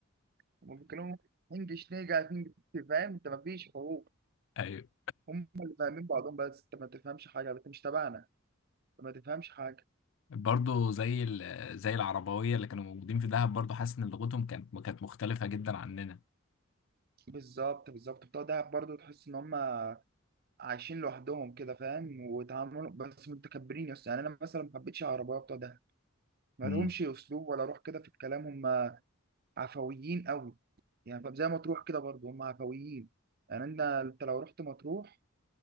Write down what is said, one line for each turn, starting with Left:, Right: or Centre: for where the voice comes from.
Right: <laughs> هم بيتكلموا انجلش نيجا انجلش فاهم انت مفيش حروف
Left: ايوه
Right: هم اللي فاهمين بعضهم بس انت ما تفهمش حاجه انت مش تبعنا انت ما تفهمش حاجه
Left: برضه زي ال- زي العربويه اللي كانوا موجودين في دهب برضه حاسس ان لغتهم كانت كانت مختلفه جدا عننا
Right: بالظبط بالظبط بتوع دهب برضه تحس ان هم عايشين لوحدهم كده فاهم وتعاملهم بس متكبرين يس يعني انا مثلا ما حبيتش العربيه بتوع دهب ما
Left: مم.
Right: لهمش اسلوب ولا روح كده في الكلام هم عفويين قوي يعني فاهم؟ زي مطروح كده برضو هم عفويين يعني انت انت لو رحت مطروح